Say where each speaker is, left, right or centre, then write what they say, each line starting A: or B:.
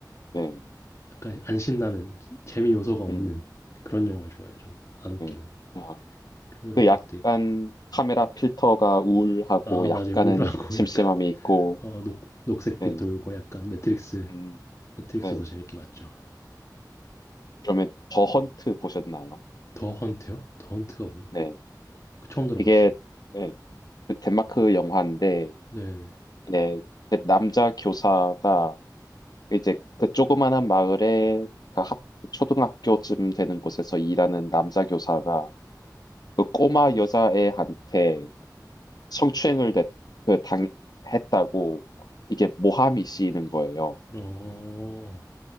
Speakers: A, on the left; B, on the left.
A: 네,
B: 약간 안 신나는 재미 요소가 없는
A: 음.
B: 그런 영화를 좋아해요. 저는 안 웃기는
A: 음. 아,
B: 그런
A: 그 약간
B: 것도 있고
A: 카메라 필터가 우울하고
B: 아
A: 약간은
B: 맞아요. 우울하고
A: 심심함이
B: <laughs> 약간
A: 있고,
B: 어, 녹 녹색빛
A: 네,
B: 돌고 약간 매트릭스
A: 음,
B: 매트릭스도
A: 네.
B: 재밌게 봤죠.
A: 그러면 더 헌트 보셨나요?
B: 더 헌트요? 더 헌트가 뭐죠?
A: 네,
B: 그 처음 들어봤어요.
A: 이게 네, 그 덴마크 영화인데,
B: 네네.
A: 네, 그 남자 교사가 이제 그 조그만한 마을에 그 학- 초등학교쯤 되는 곳에서 일하는 남자 교사가 그 꼬마 여자애한테 성추행을 냈- 그 당, 했다고 이게 모함이 씌이는 거예요.
B: 어,